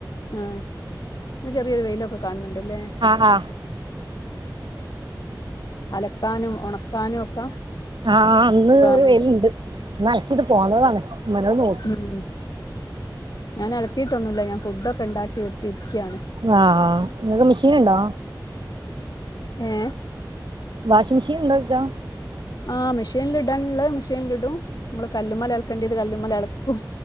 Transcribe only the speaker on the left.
ഉം ന്ന് ചെറിയൊരു വെയിലൊക്കെ കാണണ്ട്ല്ലേ
അലക്കാനും ഉണക്കാനും ഒക്കെ
സുഖാണല്ലോ
ഉം ഉം ഞാനൽക്കിട്ടൊന്നുല്ല ഞാൻ ഫുഡൊക്കെ ണ്ടാക്കി വെച്ചിരിക്ക്യാണ്
ഏഹ്
ആഹ് മെഷീനിൽ ഇടാൻള്ളെ മെഷീൻലിടും നമ്മള് കല്ലുമലൽക്കേണ്ടത് കല്ലുമലൽക്കും